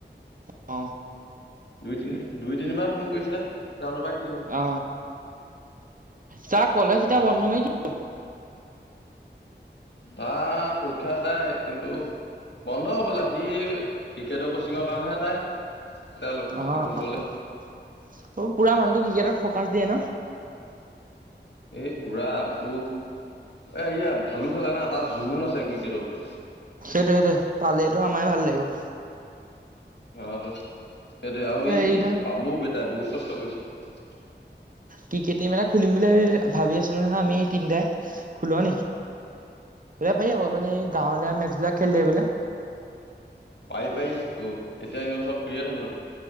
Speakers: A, on the right; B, on the left.
A: অ
B: দুই তিনি দুই তিনিবাৰ ফোন কৰিছে জানো পায় কি হল
A: অ তাৰ কলেজ এতিয়া বন্ধ নে কি
B: তাৰ পৰীক্ষা এটাই কিন্তু বন্ধ হবলা সি ক্ৰিকেটৰ কোচিংৰ কাৰণেহে যায় এতিয়া লখ
A: অ
B: লখিমপুৰলে
A: অ পোৰা মানুহটো ক্ৰিকেটত ফ্ৰকাচ দিয়ে ন
B: এই পোৰা টো এ ই ভালো খেলে না তাৰ জুনুন আছে ক্ৰিকেটৰ প্ৰতি
A: সেইটো সেইটোৱে পালেটো আমাৰে ভাল লাগিব
B: অতো সেইটে আৰু
A: হেৰি
B: এই
A: নহয়
B: পাবও বেটাই বহুত কষ্ট কৰিছে।
A: কিিকটিম এটা খুলিম বুলি ভাবি আছিলো নহয় আমি তিনিটাই খোলা ন সুধা পাৰি অকল মানে গাঁৱলীয়া মেচবলাক খেললেে বোলে।
B: পাইি পাৰ ত এতিয়া এনেও চব ফ্ৰে থাকো দেখোন